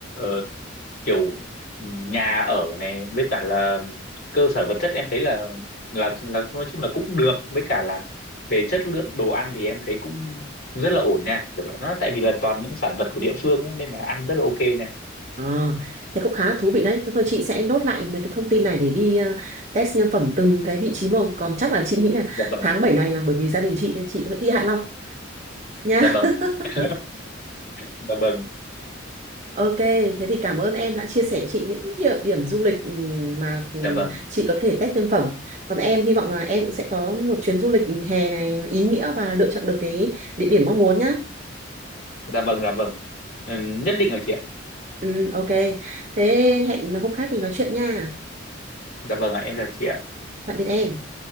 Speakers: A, on the left; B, on the right.
A: ờ, kiểu ừ, nhà ở này với cả là cơ sở vật chất em thấy là là là nói chung là cũng được với cả là về chất lượng đồ ăn thì em thấy cũng rất là ổn nha kiểu là nó tại vì là toàn những sản vật của địa phương ấy, nên là ăn rất là ok nha
B: À, thế cũng khá là thú vị đấy. Thế Thôi chị sẽ nốt lại mấy cái thông tin này để đi ờ, test nhân phẩm từng cái vị trí một. Còn chắc là chị nghĩ là
A: dạ vâng
B: tháng 7 này là bởi vì gia đình chị nên chị vẫn đi Hạ Long nha.
A: dạ vâng
B: <laughs>
A: <laughs> dạ vâng
B: Ok, thế thì cảm ơn em đã chia sẻ chị những địa điểm du lịch ừm, mà ừm,
A: dạ vâng
B: chị có thể test nhân phẩm. Còn em hy vọng là em cũng sẽ có một chuyến du lịch hè này ý nghĩa và lựa chọn được cái địa điểm mong muốn nhá.
A: dạ vâng dạ vâng ừ, nhất định rồi chị ạ
B: Ừ, ok. Thế hẹn hôm khác mình nói chuyện nha.
A: dạ vâng ạ em chào chị ạ
B: Tạm biệt em.